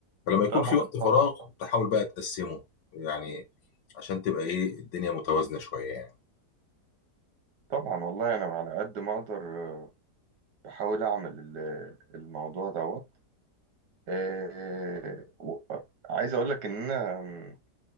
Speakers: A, on the left (about 80°); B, on the right (about 80°).
A: فلما يكون
B: طبعا
A: في وقت
B: طبعا
A: فراغ
B: طبعا
A: تحاول بقى تقسمه يعني عشان تبقى ايه الدنيا متوازنة شوية يعني
B: طبعا والله أنا على قد ما أقدر آه، بحاول أعمل ال- الموضوع دوت آه، و- آه، عايز أقول لك إن أنا مم،